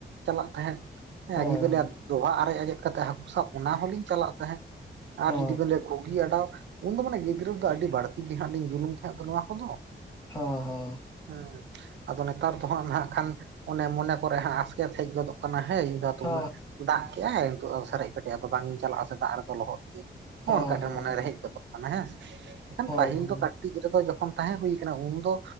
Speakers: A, on the right; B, on the left.
A: ᱪᱟᱞᱟᱜ ᱛᱟᱦᱮᱸᱫ ᱮᱸ
B: ᱦᱳᱭ
A: <inaudible>
B: ᱦᱳᱭ
A: ᱫᱚᱦᱟᱜ ᱟᱨᱮᱡ ᱟᱡᱮᱫ ᱠᱟᱛᱮᱜ ᱦᱟᱠᱩ ᱥᱟᱵ ᱚᱱᱟ ᱦᱚᱞᱤᱧ ᱪᱟᱞᱟᱜ ᱛᱟᱦᱮᱸᱜ
B: ᱦᱚᱸ
A: ᱟᱨ ᱡᱩᱫᱤ ᱵᱮᱱ ᱞᱟᱹᱭᱟ ᱜᱷᱩ <unintelligible> ᱮᱰᱟᱣ ᱩᱱ ᱫᱚ ᱢᱟᱱᱮ ᱜᱤᱫᱽᱨᱟᱹ ᱫᱚ ᱟᱹᱰᱤ ᱵᱟᱹᱲᱛᱤ ᱜᱮ ᱦᱟᱸᱜ ᱞᱤᱧ ᱡᱩᱞᱩᱢ ᱛᱟᱦᱮᱸᱫ ᱱᱚᱣᱟ ᱠᱚᱫᱚ
B: ᱦᱮᱸ ᱦᱮᱸ
A: ᱦᱮᱸ ᱟᱫᱚ ᱱᱮᱛᱟᱨ ᱫᱚ ᱦᱟᱸᱜ ᱱᱟᱜ ᱠᱷᱟᱱ ᱚᱱᱮ ᱢᱚᱱᱮ ᱠᱚᱨᱮ ᱦᱟᱸᱜ ᱟᱥᱠᱮᱛ ᱦᱮᱡ ᱜᱚᱫᱚᱜ ᱠᱟᱱᱟ ᱦᱮᱭ
B: ᱦᱮᱸ
A: ᱩᱱᱟᱹᱜ ᱫᱟᱜ ᱠᱮᱜᱼᱟᱭ ᱱᱤᱛᱚᱜ ᱥᱮᱨᱮᱡ ᱯᱮᱴᱮᱡ ᱟᱫᱚ ᱵᱟᱝ ᱤᱧ ᱪᱟᱞᱟᱜᱼᱟ ᱥᱮ ᱫᱟᱜ ᱨᱮᱫᱚ ᱞᱚᱦᱚᱫ ᱜᱮ ᱦᱚᱸ
B: ᱦᱮᱸ
A: ᱚᱱᱠᱟ ᱴᱷᱮᱱ
B: ᱦᱮᱸ
A: ᱢᱚᱱᱮᱨᱮ ᱦᱮᱡ ᱜᱚᱫᱚᱜ ᱠᱟᱱᱟ, ᱦᱮᱸ ᱥᱮ ᱮᱱᱠᱷᱟᱱ
B: ᱦᱳᱭ
A: ᱯᱟᱹᱦᱤᱞ
B: ᱦᱳᱭ
A: ᱫᱚ <unintelligible> ᱴᱤᱢ ᱨᱮᱫᱚ ᱡᱚᱠᱷᱚᱱ ᱛᱟᱦᱮᱸ ᱦᱩᱭ ᱠᱟᱱᱟ ᱩᱱ ᱫᱚ